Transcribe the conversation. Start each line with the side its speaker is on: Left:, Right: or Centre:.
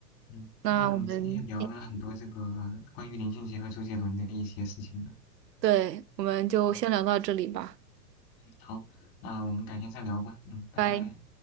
Left: 嗯，
Right: 那我们，
Left: 那我们今天也聊了很多这个关于林俊杰和周杰伦的一些事情呢。
Right: 对，我们就先聊到这里吧，
Left: 嗯好，那我们改天再聊吧。嗯，拜拜。
Right: 拜。